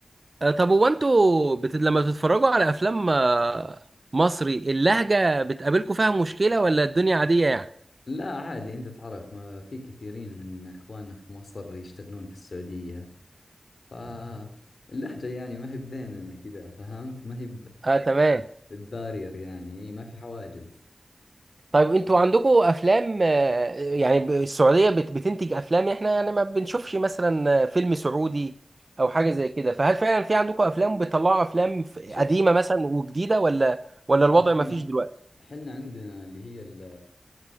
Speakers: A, on the right; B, on the left.
A: آه، طب هو انتوا بت... لما بتتفرجوا على افلام آه، مصري اللهجه بتقابلكم فيها مشكله ولا الدنيا عاديه يعني
B: لا عادي انت تعرف ما في كثيرين من اخواننا في مصر يشتغلون في السعودية فاللهجة يعني ما هي بيننا كذا فهمت ما هي
A: اه تمام
B: ببارير يعني ما في حواجز
A: طيب انتوا عندكم افلام آه، يعني ب- السعوديه بت- بتنتج افلام احنا يعني ما بنشوفش مثلا فيلم سعودي او حاجه زي كده فهل فعلا في عندكم افلام بتطلعوا افلام ف-
B: شوف
A: قديمه مثلا وجديده ولا ولا
B: لا
A: الوضع
B: حنا
A: ما فيش دلوقتي
B: حنا عندنا اللي هي ال-